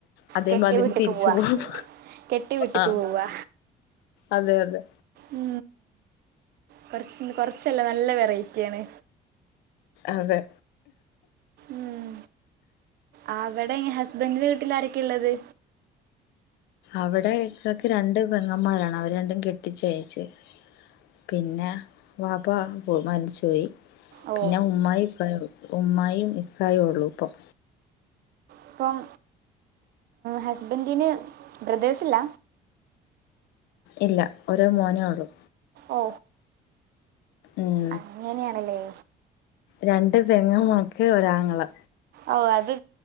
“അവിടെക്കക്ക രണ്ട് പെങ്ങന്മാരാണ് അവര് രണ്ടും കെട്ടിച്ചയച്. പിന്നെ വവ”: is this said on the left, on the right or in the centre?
Left